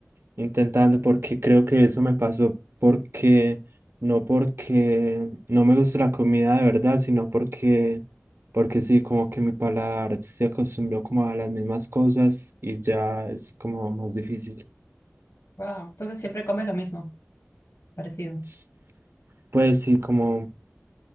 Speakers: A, on the right (about 55°); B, on the left (about 75°).
A: intentando, porque creo que eso me pasó porque no porque no me gusta la comida de verdad, sino porque porque sí, como que mi paladar se acostumbró como a las mismas cosas y ya es como más difícil.
B: Wow. Entonces siempre comes lo mismo, parecido.
A: S- Pues sí, como